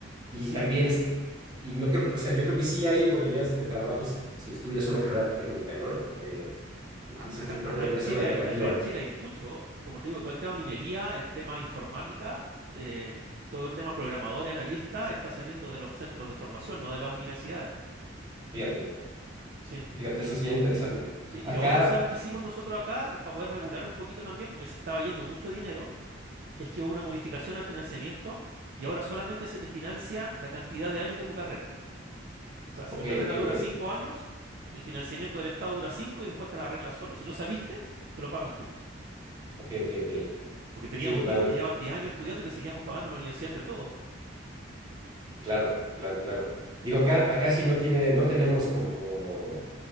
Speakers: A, on the right; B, on the right.
A: y
B: sí.
A: también es, que- y no creo, o sea, yo creo que sí hay oportunidades de trabajo si, si estudias una carrera técnica, ¿no? Eh, entonces
B: A- Acá,
A: yo creo
B: acá
A: que debería
B: en Chile
A: ser una alternativa.
B: hay, acá en Chile hay mucho, como te digo, todo el tema minería, el tema informática, eh, todo el tema programadores, analistas, está saliendo de los centros de formación, no de las universidades.
A: Fíjate,
B: Sí,
A: fíjate,
B: sí.
A: eso es bien interesante.
B: Sí,
A: Acá,
B: y lo otro, ¿sabes qué hicimos nosotros acá eh, para poder regular un poquito también, porque se estaba yendo mucho dinero? Es que hubo una modificación al financiamiento y ahora solamente se te financia la cantidad de años de tu carrera. O sea, si
A: ok,
B: tu carrera
A: ok,
B: dura
A: ok,
B: cinco años, el financiamiento del Estado dura cinco y después te la arreglas solo. Si no saliste, te lo pagas tú.
A: ok, ok, ok.
B: Porque teníamos
A: Sí, totalmente.
B: tipos que llevaban 10 años estudiando y le seguíamos pagando a la universidad entre todos. po.
A: Claro, claro, claro. Digo, acá, acá sí no tiene, no tenemos como